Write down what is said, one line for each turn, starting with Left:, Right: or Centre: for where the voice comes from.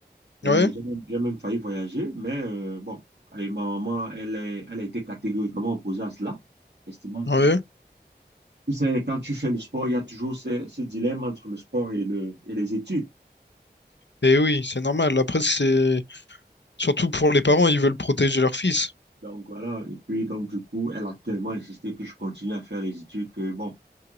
Right: Euh,
Left: Ouais,
Right: j'ai même, j'ai même failli voyager, mais euh, bon, allez, ma maman, elle, est- elle a été catégoriquement opposée à cela, estimant
Left: ouais.
Right: que Tu sais, quand tu fais le sport, il y a toujours ce, ce dilemme entre le sport et, le, et les études.
Left: Et oui, c'est normal. Après, c'est... Surtout pour les parents, ils veulent protéger leur fils.
Right: Donc voilà, et puis donc du coup, elle a tellement insisté que je continue à faire les études que bon,